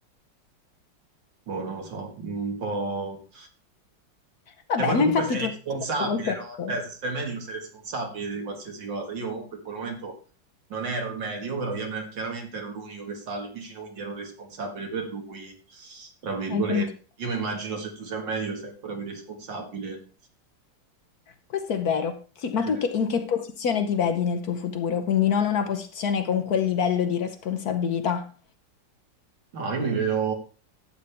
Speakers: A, on the right (about 75°); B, on the left (about 60°).
A: Boh, non lo so, un po'...
B: Vabbè,
A: Cioè, poi
B: ma
A: comunque
B: infatti
A: sei
B: tu
A: responsabile,
B: non hai detto quel pezzo.
A: no? Cioè, se sei medico sei responsabile di qualsiasi cosa. Io comunque in quel momento non ero il medico, però chiam- chiaramente ero l'unico che stava lì vicino, quindi ero responsabile per lui, tra virgolette.
B: Hai sentito?
A: Io mi immagino se tu sei medico sei ancora più responsabile
B: Questo è vero. Sì, ma
A: in generale.
B: tu che- in che posizione ti vedi nel tuo futuro? Quindi non una posizione con quel livello di responsabilità.
A: No, io mi vedo